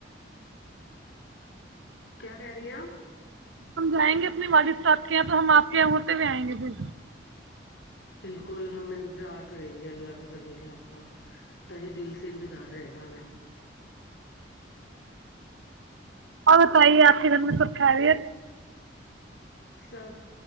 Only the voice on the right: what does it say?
ہم جائیں گے اپنے والد صاحب کے یہاں تو ہم آپ کے یہاں ہوتے ہوئے آئیں گے پھر
اور بتائیے آپ کے گھر میں سب کھ رہی ہے